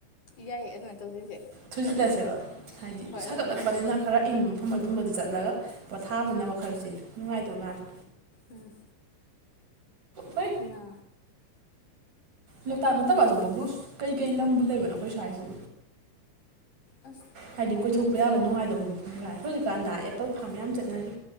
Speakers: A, on the left (about 45°); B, on the right (about 40°).
A: ꯌꯥꯏꯌꯦ ꯑꯗꯨꯃꯥꯏꯅ ꯇꯧꯁꯤꯁꯦ
B: ꯊꯨꯖꯤꯜꯂꯁꯦꯕ ꯍꯥꯏꯗꯤ
A: ꯍꯣꯏ
B: ꯁꯥꯒꯠꯂꯛꯄꯅꯤꯅ
A: ꯑꯗꯨꯃꯥꯏꯅ ꯇꯧꯁꯤ ꯇꯧꯁꯤ
B: ꯈꯔ ꯏꯪꯕ ꯃꯐꯝ ꯑꯗꯨꯝꯕꯗꯨ ꯆꯠꯂꯒ ꯄꯣꯊꯥꯕꯅ ꯋꯥꯈꯜꯁꯤ ꯅꯨꯡꯉꯥꯏꯗꯧ ꯃꯥꯜꯂꯤ
A: ꯎꯝ
B: ꯍꯣꯏ
A: ꯎꯏ ꯅ
B: ꯂꯣꯛꯇꯥꯛ ꯅꯠꯇꯕ ꯑꯇꯣꯞꯄꯕꯨ ꯀꯩꯀꯩ ꯂꯝꯕꯨ ꯂꯩꯕꯅꯣ ꯑꯩꯈꯣꯏ ꯁ꯭ꯋꯥꯏꯁꯤ
A: ꯑꯁ
B: ꯍꯥꯏꯗꯤ
A: ꯈꯪꯗꯦꯗ
B: ꯀꯣꯏꯊꯣꯛꯄ ꯌꯥꯕ ꯅꯨꯡꯉꯥꯏꯗꯕ ꯃꯐꯝ ꯈꯔ ꯍꯧꯖꯤꯛꯀꯥꯟꯗ ꯑꯦꯄꯜ
A: ꯑꯦ
B: ꯐꯥꯔꯝ ꯌꯥꯝ ꯆꯠꯅꯔꯤ